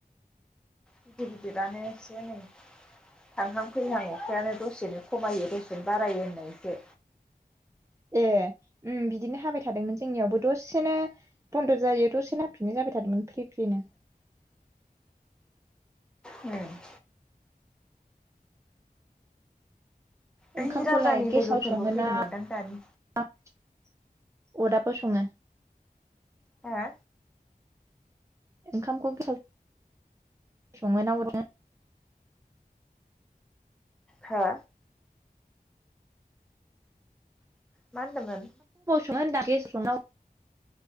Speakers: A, in the centre; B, on the right.
A: गिदिर गिदिरानो एसे नै। थांहां फैहां अखायानो दसेनो खमायो दसेनो बारायो होननायसो।
B: ए उम बिदिनो हाबाय थादोंमोन जोंनियावबो दसेनो बन्द' जायो दसेनो हाफिननाय जाबाय। हाबाय थादोंमोन फ्रि फ्रिनो।
A: उ <inaudible> ओइ
B: ओंखामखौलाय
A: राजानि
B: गेसाव
A: लोगोफोरबो
B: संङो
A: फैदोंमोनदां
B: ना
A: दानि
B: अदाबाव संङो?
A: हा
B: ओंखामखौ गेसा सं ना हरनो <inaudible>
A: हा। मा होनदोंमोन?
B: स दा <inaudible>